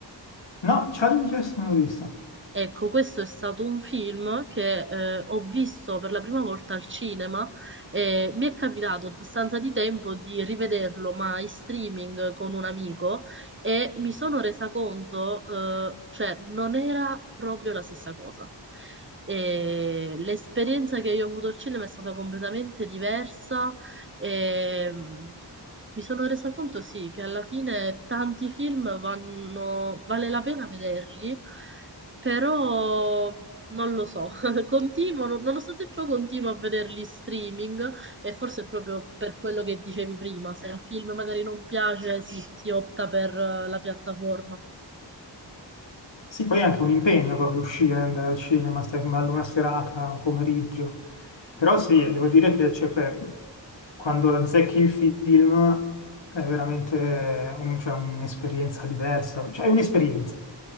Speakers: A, on the left (about 85°); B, on the right (about 25°).
A: No, Challengers non l'ho visto.
B: Ecco, questo è stato un film che eh, ho visto per la prima volta al cinema e mi è capitato a distanza di tempo di rivederlo, ma in streaming con un amico e mi sono resa conto, eh, cioè non era proprio la stessa cosa. E l'esperienza che io ho avuto al cinema è stata completamente diversa e mm, mi sono resa conto, sì, che alla fine tanti film vanno, vale la pena vederli però non lo so, <laughs> continuo, non- nonostante ciò continuo a vederli in streaming e forse è proprio per quello che dicevi prima, se il film magari non piace, sì, si opta per eh, la piattaforma.
A: Sì, poi è anche un impegno proprio uscire, andare al cinema, stare con bello una serata, un pomeriggio. Però sì, devo dire che cioè, que- quando azzecchi il film è veramente un- cioè, un'esperienza diversa, cioè è un'esperienza.